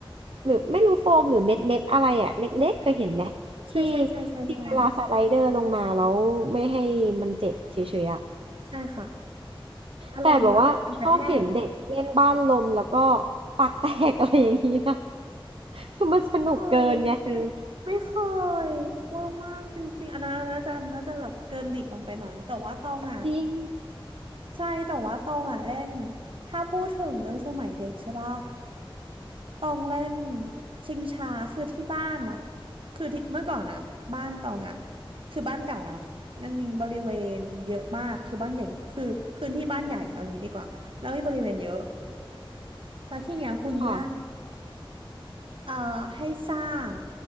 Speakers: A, on the right; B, on the right.
A: หรือไม่รู้โฟมหรือเม็ดเม็ดอะไรอ่ะเล็กๆเคยเห็นไหมที่
B: ใช่ใช่ใช่ใช่ใช่
A: ที่เวลาสไลเดอร์ลงมาแล้วไม่ให้มันเจ็บเฉยๆอ่ะ
B: ใช่ค่ะอารมณ์แบบมันกระแทก
A: แต่แบบว่าชอบเห็นเด็กเล่นบ้านลมแล้วก็ปากแตก <laughs> อะไรอย่างนี้นะคือมันสนุกเกินไงคือ
B: โอ้ย ไม่เคยเวอร์มากจริงๆอันนั้นอันนั้นน่าจะอันนั้นน่าจะแบบเกินหลีกลงไปหน่อยแต่ว่าตองอ่ะ
A: จริง
B: ใช่แต่ว่าตองอ่ะเล่นถ้าพูดถึงเรื่องสมัยเด็กใช่ป่ะตองเล่นชิงช้าคือที่บ้านอ่ะคือที่เมื่อก่อนอ่ะบ้านตองอ่ะคือบ้านเก่าเนาะมันมีบริเวณเยอะมากคือบ้านใหญ่คือพื้นที่บ้านใหญ่เอางี้ดีกว่าแล้วมีบริเวณเยอะแล้วที่เนี้ยคุณย่า
A: ค่ะ
B: เอ่อให้สร้าง